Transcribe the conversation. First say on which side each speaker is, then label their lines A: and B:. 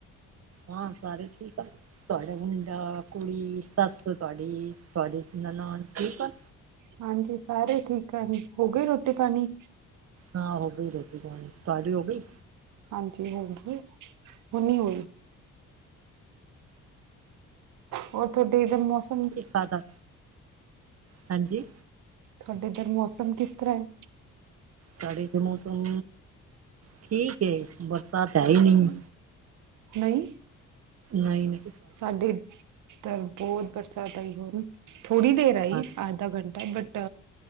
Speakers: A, on the right; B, on the right.
A: ਹਾਂ, ਸਾਰੇ ਠੀਕ ਆ। ਤੁਹਾਡਾ ਮੁੰਡਾ-ਕੁੜੀ, ਸੱਸ, ਤੁਹਾਡੀ ਤੁਹਾਡੀ ਨਨਾਣ ਠੀਕ ਆ।
B: ਹਾਂਜੀ ਸਾਰੇ ਠੀਕ ਆ ਜੀ, ਹੋ ਗਏ ਰੋਟੀ-ਪਾਣੀ।
A: ਹਾਂ ਹੋ ਗਈ ਰੋਟੀ-ਪਾਣੀ, ਤਹਾਡੀ ਹੋ ਗਈ।
B: ਹਾਂਜੀ ਹੋ ਗੀ, ਹੁਣੀ ਹੋਈ। ਹੋਰ ਥੋਡੇ ਇਦਰ ਮੌਸ
A: ਕੀ ਖਾਦਾ, ਹਾਂਜੀ।
B: ਥੋਡੇ ਇਧਰ ਮੌਸਮ ਕਿਸ ਤਰ੍ਹਾਂ ਐ।
A: ਸਾਡੇ ਇਥੇ ਮੌਸਮ ਠੀਕ ਏ, ਬਰਸਾਤ ਹੈ ਹੀ ਨਈ ਐ।
B: ਨਹੀਂ।
A: ਨਈ-ਨਈ।
B: ਸਾਡੇ ਤਾਂ ਬਹੁਤ ਬਰਸਾਤ ਆਈ ਹੁਣ, ਥੋੜ੍ਹੀ ਦੇਰ ਆਈ
A: ਹਾਂ
B: ਆਧਾ ਘੰਟਾ, ਬਟ